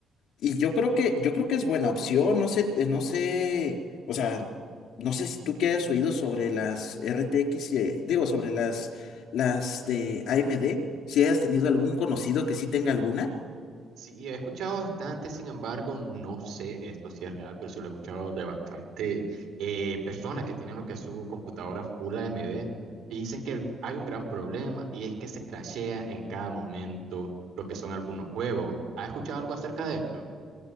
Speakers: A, on the left; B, on the right.
A: Y yo creo que, yo creo que es buena opción, no sé, eh, no sé, o sea, no sé si tú que hayas oído sobre las RTX, eh, digo, sobre las, las de AMD, si hayas tenido algún conocido que sí tenga alguna.
B: Sí, he escuchado bastante, sin embargo, no sé esto si es real, pero sí lo he escuchado de bastante eh, personas que tienen lo que es su computadora full AMD y dicen que el- hay un gran problema y es que se crashea en cada momento lo que son algunos juegos. ¿Has escuchado algo acerca de esto?